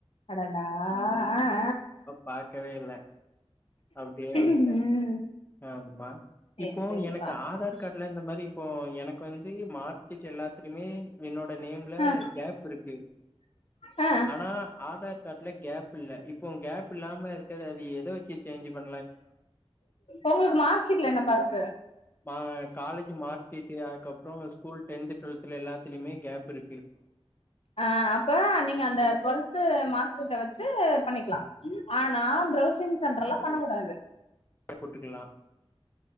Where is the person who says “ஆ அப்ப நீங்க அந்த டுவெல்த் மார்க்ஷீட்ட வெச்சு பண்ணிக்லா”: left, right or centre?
Left